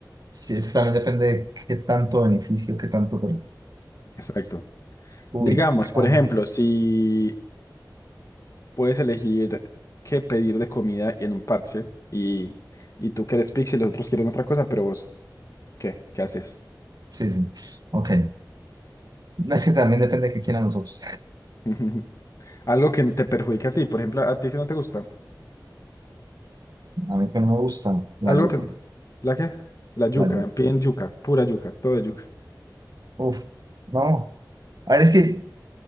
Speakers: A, on the right; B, on the left.
A: Sí, es que también depende de qué tanto beneficio, qué tanto per-
B: Exacto.
A: perjudica.
B: Digamos, por ejemplo, si puedes elegir qué pedir de comida en un parche y, y tú quieres pizza y los otros quieren otra cosa, pero vos, ¿qué? ¿Qué haces?
A: Sí, sí. Ok. Es que también depende de qué quieran nosotros.
B: <laughs> Algo que te perjudica a ti, por ejemplo, a ti que no te gusta.
A: A mí que no me gusta la
B: Algo
A: yuca.
B: que... ¿La qué? La yuca,
A: La yuca.
B: piden yuca, pura yuca, todo de yuca.
A: Uf. No. A ver, es que